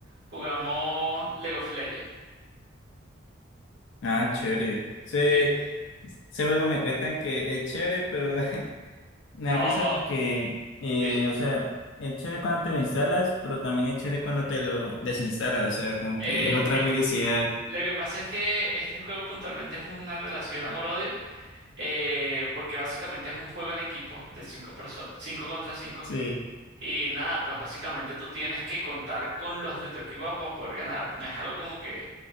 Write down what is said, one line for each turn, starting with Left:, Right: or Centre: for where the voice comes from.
Right: Jugamos League of Legends.
Left: Ah, chévere. Ese,
Right: Sí.
Left: ese juego me cuentan que es chévere, pero <laughs> me
Right: No,
Left: da risa porque, eh,
Right: sí.
Left: o sea, es chévere cuando te lo instalas, pero también es chévere cuando te lo desinstalas. O sea, como
Right: Eh,
Left: que es otra
Right: eh,
Left: felicidad.
Right: Lo que pasa es que este juego puntualmente es una relación amor-odio, eh, porque básicamente es un juego en equipo de cinco personas, cinco contra cinco,
Left: Sí,
Right: y nada, pues básicamente tú tienes que contar con los de tu equipo para poder ganar. No es algo como que